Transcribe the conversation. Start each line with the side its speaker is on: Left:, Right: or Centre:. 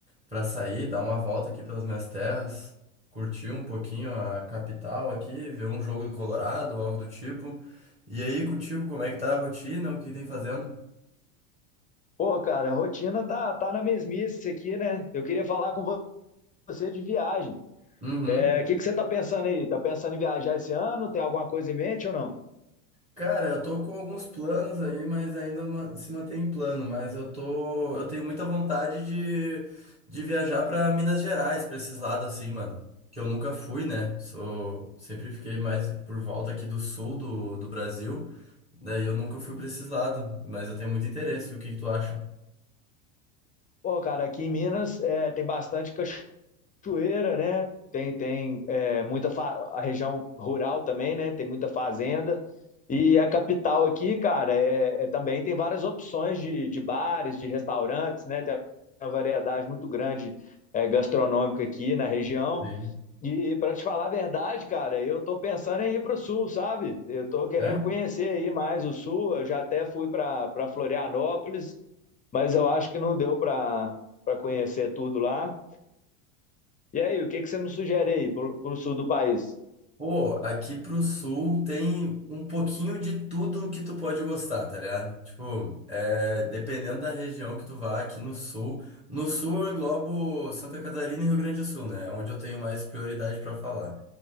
Right: pra sair, dar uma volta aqui pelas minhas terras, curtir um pouquinho a capital aqui, ver um jogo do Colorado ou algo do tipo. E aí, contigo, como é que tá a rotina? O que tem fazendo?
Left: Pô, cara, a rotina tá, tá na mesmice aqui, né? Eu queria falar com vo- você de viagem.
Right: Uhum.
Left: É, o que que você tá pensando aí? Tá pensando em viajar esse ano? Tem alguma coisa em mente ou não?
Right: Cara, eu tô com alguns planos aí, mas ainda ma- se mantém em plano. Mas eu tô, eu tenho muita vontade de, de viajar pra Minas Gerais, pra esses lados assim, mano. Que eu nunca fui, né? Sou, sempre fiquei mais por volta aqui do sul do, do Brasil. Daí eu nunca fui pra esses lados, mas eu tenho muito interesse. O que que tu acha?
Left: Pô, cara, aqui em Minas é, tem bastante cachoeira, né? Tem, tem é, muita fa- a região rural também, né? Tem muita fazenda. E a capital aqui, cara, é, é- também tem várias opções de, de bares, de restaurantes, né? Tem uma variedade muito grande é, gastronômica aqui na região.
Right: Sim.
Left: E para te falar a verdade, cara, eu tô pensando em ir para o sul, sabe? Eu tô querendo
Right: É?
Left: conhecer aí mais o sul. Eu já até fui para para Florianópolis, mas eu acho que não deu para para conhecer tudo lá. E aí, o que que você me sugere aí pro, pro sul do país?
Right: Pô, aqui pro sul tem um pouquinho de tudo que tu pode gostar, tá ligado? Tipo, é, dependendo da região que tu vá aqui no sul. No sul eu englobo Santa Catarina e Rio Grande do Sul, né? É Onde eu tenho mais prioridade pra falar.